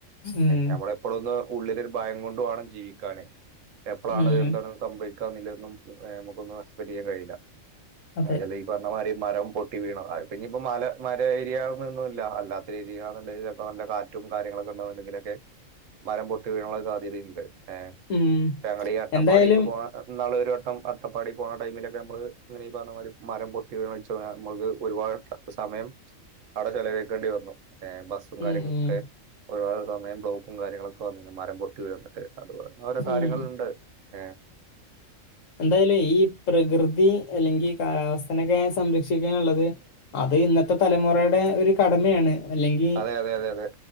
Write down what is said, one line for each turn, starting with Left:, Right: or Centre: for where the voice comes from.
Left: ഉം
Right: നമ്മളെ ഇപ്പോളൊന്ന് ഉള്ളിലൊരു ഭയം കൊണ്ട് വേണം ജീവിക്കാാന്ൻ എപ്പോഴാണ്ത്
Left: ഉം
Right: എന്താണ് സംഭവിക്കാല്ലന്നും നമുക്കൊന്നും അസ്പറ്റ് ചെയാൻ കഴിയില്ല.
Left: അതെ
Right: അത് ചെലെ പറഞ്ഞമാതിരി മരം പൊട്ടി വീണു അത്പിന്നെ മല മര ഏരിയൊന്നുംല്ല അല്ലാത്തെ ഏരിയ നല്ല ചിലപ്പൊ കാറ്റും കാര്യങ്ങളൊക്കെണ്ടെന്നുെങ്കിലൊക്കെ മരം പൊട്ടി വീഴാനുള്ള സാധ്യതയുണ്ട്. ഏ
Left: ഉം
Right: ഞങ്ങുടെ ഈ അട്ടപ്പാടിക്ക്
Left: എന്തായാലും
Right: പോവുന്ന ഇന്നാള് ഒരു വട്ടം അട്ടപ്പാടി പോണ ടൈമിലൊക്കെ നമ്മള് ഇങ്ങനെ ഈ പറഞ്ഞ മാതിരി മരം പൊട്ടി വീണ് ഇച്ച് തോണാ നമ്മക്ക് ഒരുപാട് സമയം അവിടെ ചിലവഴക്കേണ്ടി വന്നു. ബസ്സും കാര്യങ്ങളക്കൊക്കെ
Left: ഉം ഉം
Right: ഒരുപാട് സമയം ബ്ലോക്കും കാര്യങ്ങളൊക്കെ വന്നി മരം പൊട്ടി വന്നിട്ട് അതുപോലെ ഓരോ കാര്യങ്ങളുണ്ട്
Left: ഉം
Right: ഏ
Left: എന്തായാലും ഈ പ്രകൃതി അല്ലെങ്കിൽ കാലാവസ്ഥനൊക്കെ സംരക്ഷിക്കാനുള്ളത്. അത് ഇന്നത്തെ തലമുറയുടെ ഒരു കടമയാണ്. അല്ലെങ്കി
Right: അതെ അതെ അതെ അതെ